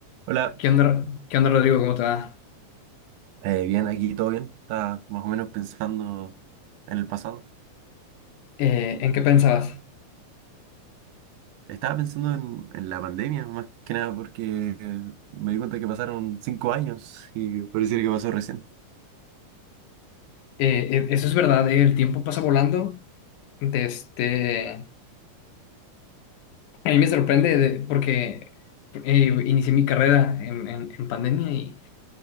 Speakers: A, on the right; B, on the left.
A: Hola,
B: ¿Qué onda, qué onda, Rodrigo? ¿Cómo te va?
A: eh, bien, aquí todo bien. Estaba más o menos pensando en el pasado.
B: Eh, ¿en qué pensabas?
A: Estaba pensando en, en la pandemia, más que nada porque eh, me di cuenta que pasaron cinco años y pareciera que pasó recién.
B: Eh, eh, eso es verdad, eh, el tiempo pasa volando. De este... A mí me sorprende de- porque eh, inicié mi carrera en, en- en pandemia y,